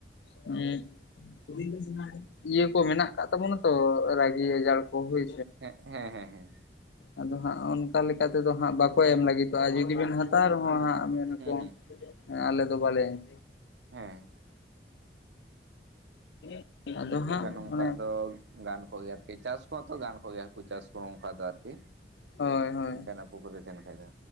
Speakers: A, on the left; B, on the right.
A: ᱦᱩᱸᱻ <unintelligible> ᱤᱭᱟᱹ ᱠᱚ ᱢᱮᱱᱟᱜ ᱟᱠᱟᱫ ᱛᱟᱵᱚ ᱱᱟᱛᱚ ᱨᱟᱹᱜᱤ ᱟᱡᱟᱲ ᱠᱚ ᱦᱩᱭ
B: ᱦᱮᱸ ᱦᱮᱸ ᱦᱮᱸ ᱦᱮᱸ
A: ᱟᱫᱚ ᱦᱟᱸᱜ ᱚᱱᱠᱟ ᱞᱮᱠᱟ ᱛᱮᱫᱚ ᱦᱟᱸᱜ ᱵᱟᱠᱚ ᱮᱢ ᱞᱟᱹᱜᱤᱫᱚᱜᱼᱟ, ᱡᱩᱫᱤ ᱵᱮᱱ ᱦᱟᱛᱟᱣ ᱨᱮᱦᱚᱸ ᱦᱟᱸᱜ ᱢᱮᱱᱟᱠᱚ
B: ᱦᱮᱸ ᱦᱮᱸ
A: ᱟᱞᱮ ᱫᱚ ᱵᱟᱞᱮ
B: ᱦᱮᱸ
A: <inaudible> ᱦᱟᱸᱜ
B: ᱵᱟᱠᱷᱟᱱ ᱱᱚᱝᱠᱟᱜ
A: ᱚᱱᱮ
B: ᱫᱚ ᱜᱟᱱ ᱠᱚ ᱜᱮᱭᱟ ᱪᱟᱥ ᱠᱚᱦᱚᱸᱛᱚ ᱜᱟᱱ ᱠᱚᱜ ᱜᱮᱭᱟ ᱦᱟᱹᱠᱩ ᱪᱟᱥ ᱠᱚᱦᱚᱸ ᱚᱱᱠᱟ ᱫᱚ ᱟᱨᱠᱤ᱾
A: ᱦᱳᱭ ᱦᱳᱭ,
B: ᱚᱱᱠᱟᱱᱟᱜ ᱯᱩᱠᱷᱨᱤ ᱛᱟᱸᱦᱮᱱ ᱠᱷᱟᱡ ᱫᱚ᱾